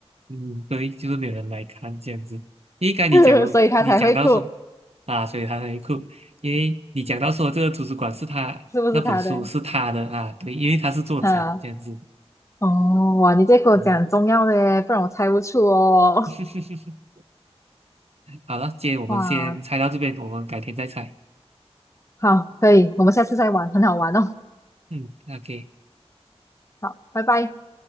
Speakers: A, on the right; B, on the left.
A: 嗯对，就是没有人来看这样子。应该你讲你讲到说
B: <laughs> 所以他才会哭，
A: 啊，所以他才哭，因为你讲到说这个图书馆是他那本书是他的啊，
B: 是不是他的？
A: 对，因为他是作者这样子。
B: 啊。哦，哇，你这给我讲重要的耶，
A: 嗯，
B: 不然我猜不出哦。
A: <laughs>
B: <laughs>
A: 好了，今天我们先猜到这边，
B: 哇，
A: 我们改天再猜。
B: 好，可以，我们下次再玩，很好玩哦。
A: 嗯，OK，
B: 好，拜拜。